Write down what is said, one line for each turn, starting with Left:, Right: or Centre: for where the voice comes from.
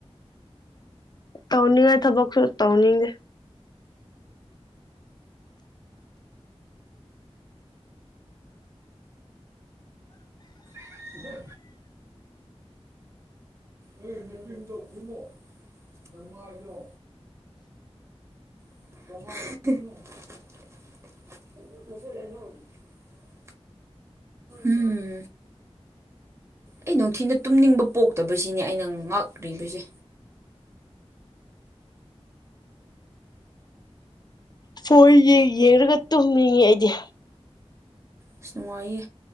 Left: ꯇꯧꯅꯤꯡꯉ ꯊꯕꯣꯛꯁꯁꯨ ꯇꯧꯅꯤꯡꯒꯦ
Right: ꯑ ꯅꯨꯗꯣꯨꯝꯃꯣ ꯅꯃꯥꯏꯗꯣ <inaudible> ꯎꯝ ꯑꯩ ꯅꯨꯡꯊꯤꯅ ꯇꯨꯝꯅꯤꯡꯕ ꯄꯣꯛꯇꯕꯁꯤꯅꯦ ꯑꯩꯅ ꯉꯥꯛ꯭ꯔꯤꯕꯁꯦ
Left: ꯐꯣꯔ ꯌꯦ ꯌꯦꯡꯔꯒ ꯇꯨꯝꯅꯤꯡꯉꯦ ꯑꯩꯗꯤ
Right: ꯑꯁ ꯅꯨꯡꯉꯥꯏꯌꯦ